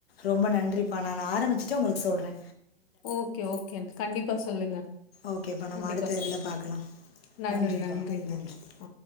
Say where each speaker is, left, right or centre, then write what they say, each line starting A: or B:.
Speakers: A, on the left; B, on the left.
A: ரொம்ப நன்றிப்பா நானு ஆரம்மிச்சுட்டு ஒங்களுக்கு சொல்றே
B: ஓகே ஓகே கண்டிப்பா சொல்லுங்க
A: ஓகேப்பா நம்ம
B: கண்டிப்பா
A: அடுத்த
B: சொல்லுங்க
A: இதுல பாக்கலா
B: நன்றி
A: நன்றிப்பா
B: நன்றிங்க
A: நன்றி
B: ஆ